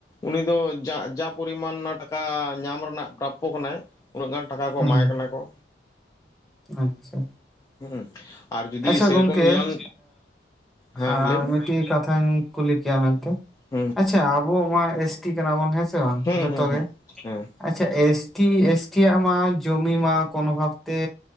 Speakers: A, on the left; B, in the centre.
A: ᱩᱱᱤ ᱫᱚ ᱡᱟ ᱡᱟ ᱯᱚᱨᱤᱢᱟᱱ ᱚᱱᱟ ᱴᱟᱠᱟ ᱧᱟᱢ ᱨᱮᱱᱟᱜ ᱯᱨᱟᱯᱚ ᱠᱟᱱᱟᱭ, ᱩᱱᱟᱹᱜ ᱜᱟᱱ ᱴᱟᱠᱟ ᱠᱚ
B: ᱦᱩᱸ
A: ᱮᱢᱟᱭ ᱠᱟᱱᱟ ᱠᱚ
B: ᱟᱪᱪᱷᱟ
A: ᱦᱩᱸ ᱟᱨ ᱡᱩᱫᱤ
B: ᱟᱪᱷᱟ
A: ᱥᱮᱨᱚᱠᱚᱢ
B: ᱜᱚᱢᱠᱮ
A: ᱤᱭᱚᱝ
B: ᱮᱸᱜ
A: ᱦᱮᱸ
B: ᱟᱸ
A: ᱞᱟᱹᱭ ᱵᱤᱱ
B: ᱢᱤᱫᱴᱤᱡ ᱠᱟᱛᱷᱟᱧ ᱠᱩᱞᱤ ᱠᱮᱭᱟ ᱢᱮᱱᱛᱮ,
A: ᱦᱩᱸ
B: ᱟᱪᱷᱟ ᱟᱵᱚ ᱢᱟ ᱮᱥ ᱴᱤ ᱠᱟᱱᱟ ᱵᱚᱱ ᱦᱮᱸ ᱥᱮ ᱵᱟᱝ
A: ᱦᱩᱸ
B: ᱡᱷᱚᱛᱚᱜ
A: ᱦᱩᱸ ᱦᱩᱸ
B: ᱜᱮ?
A: ᱦᱮᱸ
B: ᱟᱪᱷᱟ ᱮᱥ ᱴᱤ, ᱮᱥ ᱴᱤ ᱟᱜ ᱢᱟ ᱡᱚᱢᱤ ᱢᱟ ᱠᱚᱱᱚ ᱵᱷᱟᱵ ᱛᱮ